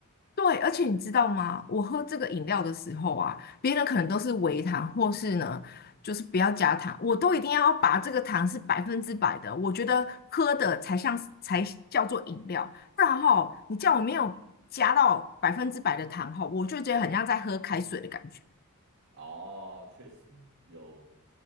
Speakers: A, on the left; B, on the right.
A: 对，而且你知道吗？我喝这个饮料的时候啊，别人可能都是微糖，或是呢，就是不要加糖，我都一定要把这个糖是百分之百的。我觉得喝的才像是才叫做饮料，不然哈，你叫我没有加到百分之百的糖哈，我就觉得很像在喝开水的感觉。
B: 哦，确实有，